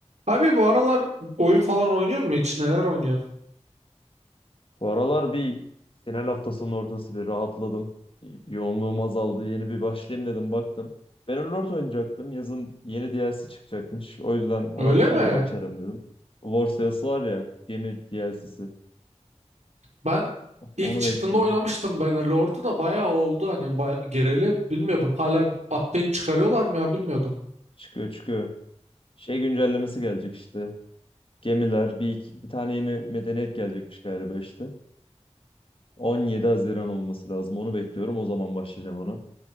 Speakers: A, on the right (about 75°); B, on the left (about 50°).
A: Abi bu aralar oyun falan oynuyor mu hiç? Neler oynuyor?
B: Bu aralar bir final haftasının ortası bir rahatladım. Yoğunluğum azaldı. Yeni bir başlayayım dedim baktım. Bannerlord oynayacaktım. Yazın yeni DLC çıkacakmış. O yüzden ona
A: Öyle
B: sonra
A: mi?
B: başlarım dedim. War Sales'ı var ya gemi DLC'si.
A: Ben ilk
B: Onu
A: çıktığında
B: bekliyorum.
A: oynamıştım Bannerlord'u da bayağı oldu hani bay gireli bilmiyordum. Hala update çıkarıyorlar mı ya bilmiyordum.
B: Çıkıyor çıkıyor. Şey güncellemesi gelecek işte. Gemiler bir, iki- bir tane yeni medeniyet gelecekmiş galiba işte. 17 Haziran olması lazım. Onu bekliyorum. O zaman başlayacağım ona.